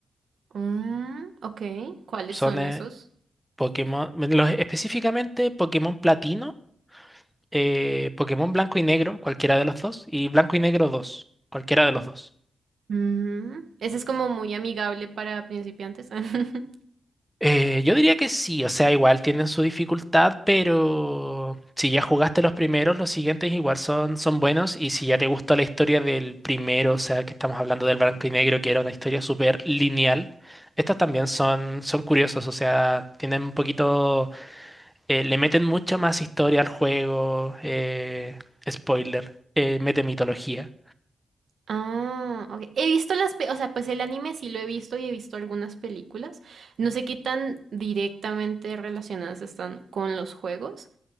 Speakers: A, on the right (about 80°); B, in the centre.
A: Mm, ok, ¿cuáles
B: Son
A: son
B: eh,
A: esos?
B: Pokémon, bueno, los- específicamente Pokémon Platino, eh, Pokémon Blanco y Negro, cualquiera de los dos, y Blanco y Negro 2, cualquiera de los dos
A: Mm, ese es como muy amigable para principiantes. <laughs>
B: Eh, yo diría que sí, o sea, igual tienen su dificultad, pero si ya jugaste los primeros, los siguientes igual son, son buenos y si ya te gustó la historia del primero, o sea, que estamos hablando del blanco y negro, que era una historia súper lineal, estas también son, son curiosos, o sea, tienen un poquito, eh, le meten mucha más historia al juego, eh, spoiler, eh, mete mitología.
A: Ah, ok. He visto las, pe- o sea, pues el anime sí lo he visto y he visto algunas películas. No sé qué tan directamente relacionadas están con los juegos,